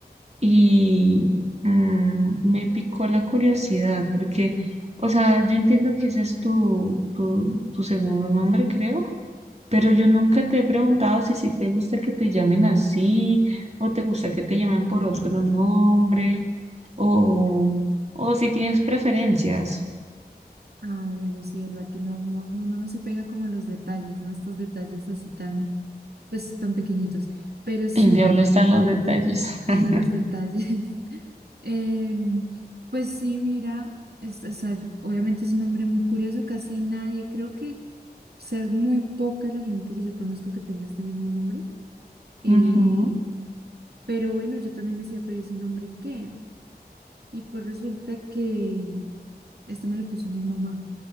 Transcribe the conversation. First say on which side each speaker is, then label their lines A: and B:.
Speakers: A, on the right; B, on the right.
A: y mm, me picó la curiosidad, porque, o sea, yo entiendo que ese es tu, tu, tu segundo nombre, creo, pero yo nunca te he preguntado si, si te gusta que te llamen así, o te gusta que te llamen por otro nombre, o, o si tienes preferencias.
B: Ay, bueno, sí, verdad que no, no, no, uno no no se pega como a los detalles, ¿no? Estos detalles así tan, pues, tan pequeñitos. Pero sí,
A: El diablo está en los detalles.
B: <laughs> Los
A: <laughs>
B: detalles. Em, pues sí, mira, es- o sea, obviamente es un hombre muy curioso, casi nadie, creo que, o sea, es muy poca la gente que yo conozco que tenga este mismo nombre. Eh,
A: Ujú.
B: pero bueno, yo también decía, pero ese nombre qué? Y pues resulta que esto me lo puso mi mamá.